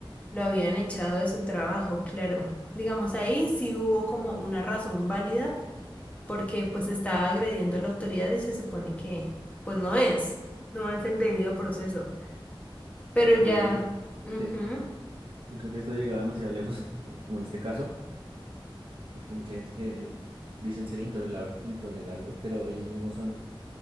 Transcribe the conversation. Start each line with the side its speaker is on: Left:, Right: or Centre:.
Left: lo habían echado de su trabajo, claro. Digamos, ahí sí hubo como una razón válida porque pues estaba agrediendo a la autoridad y se supone que pues no es, no es el debido proceso. Pero
Right: De acuerdo,
Left: ya,
Right: yo creo.
Left: ujú,
Right: Sí, yo creo que esto ha llegado demasiado lejos, <laughs> eh, como en este caso, porque mucha gente que es- dicen ser intolera- intolerables, pero ellos mismos son